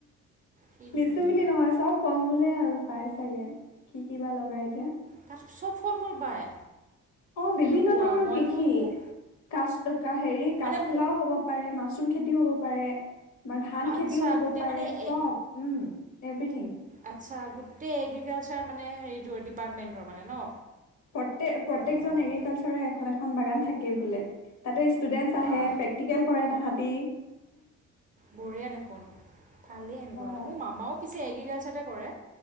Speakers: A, on the right; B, on the left.
A: কি
B: লিচু
A: ধুনীয়া
B: বুলি নহয় চব। ফল- মূলে আৰু পায় চাগে। কি কি বা লগাই এতিয়া।
A: তাত চব ফল- মূল পায়।
B: অঁ,
A: কি
B: বিভিন্ন
A: কোৱা
B: ধৰণৰ
A: মইতো
B: কৃষি,।
A: মোক
B: কাচকা হেৰি কাঠফুলাও
A: মানে মো
B: হ'ব- পাৰে, মাছৰুম খেতিও হ'ব পাৰে, আমাৰ ধান
A: আচ্ছা
B: খেতিও হ'ব
A: গোটেই
B: পাৰে
A: মানে
B: চব।
A: এ
B: Um, everything.
A: আচ্ছা গোটেই এগ্ৰিকালচাৰ মানে হেৰিটো ডিপাৰ্টমেণ্টৰ মানে ন।
B: প্ৰত্যক -প্ৰত্যকজন
A: অ',
B: এগ্ৰিকালচাৰ এখন এখন বাগান থাকে বোলে। তাতে ষ্টুডেন্টছ
A: বাহ
B: আহে, - প্ৰেক্টিকেল কৰে তাহাঁতি।
A: বঢ়িয়া দেখোন ভালেই এনেকুৱা হ'লে।
B: অ
A: মোৰ মামাও পিছে এগ্ৰিকালচাৰতে কৰে।